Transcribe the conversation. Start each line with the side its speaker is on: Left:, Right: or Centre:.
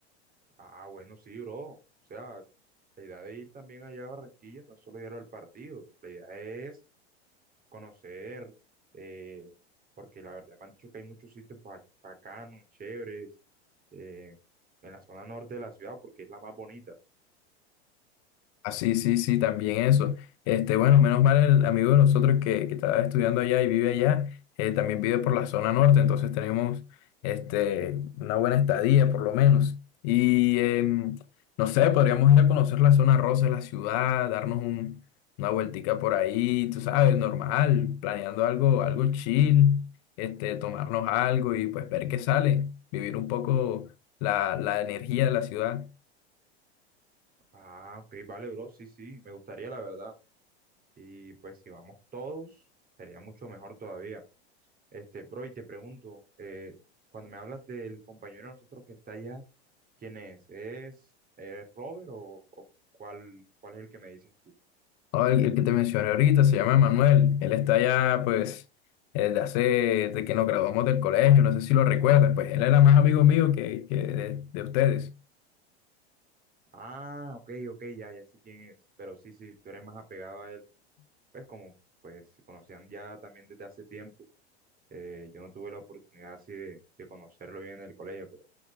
Right: Ah, bueno, sí, bro. O sea, la idea de ir también allá a Barranquilla no es solo ir al partido, la idea es conocer, eh, porque la verdad me han dicho que hay muchos sitios ba- bacanos, chéveres, eh, en la zona norte de la ciudad, porque es la más bonita.
Left: Ah, sí, sí, sí, también eso. Este, bueno, menos mal el amigo de nosotros que, que estaba estudiando allá y vive allá, eh, también vive por la zona norte, entonces tenemos este, una buena estadía por lo menos. Y em, no sé, podríamos ir a conocer la zona rosa de la ciudad, darnos un- una vueltica por ahí, tú sabes, normal, planeando algo, algo chill, este, tomarnos algo y pues ver qué sale, vivir un poco la, la energía de la ciudad.
Right: Ah, ok, vale, bro, sí, sí, me gustaría la verdad. Y pues si vamos todos, sería mucho mejor todavía. Este, bro, y te pregunto, eh, cuando me hablas del compañero de nosotros que está allá, ¿quién es? ¿Es eh, Robert o, o cuál, cuál es el que me dices tú?
Left: Oh, el, el que te mencioné ahorita se llama Manuel. Él está ya, pues, desde hace, de que nos graduamos del colegio, no sé si lo recuerdas, pues él era más amigo mío que, que de, de ustedes.
Right: Ah, ok, ok, ya, ya sé quién es, pero sí, sí, tú eres más apegado a él. Pues como, pues se conocían ya también desde hace tiempo, eh, yo no tuve la oportunidad así de, de conocerlo bien en el colegio, pero